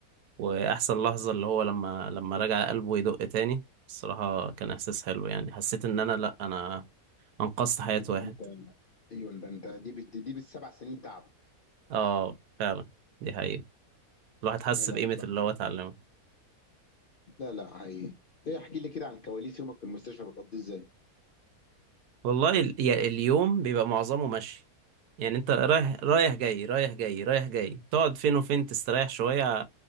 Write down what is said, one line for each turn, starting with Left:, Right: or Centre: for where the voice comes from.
Right: واحسن لحظة اللي هو لما لما رجع قلبه يدق تاني الصراحة كان احساس حلو يعني حسيت ان انا لا انا انقذت حياة
Left: يا باشا
Right: واحد
Left: انت ايوه ده انت دي بت- دي بالسبع سنين تعب
Right: اه فعلا دي حقيقة الواحد حس
Left: لا لا
Right: بقيمة
Left: بصراحه
Right: اللي هو اتعلمه
Left: لا لا حقيقي ايه احكي لي كده عن كواليس يومك في المستشفى بتقضيه ازاي؟
Right: والله ال- يعني اليوم بيبقى معظمه مشي يعني انت رايح رايح جاي رايح جاي رايح جاي تقعد فين وفين تستريح شوية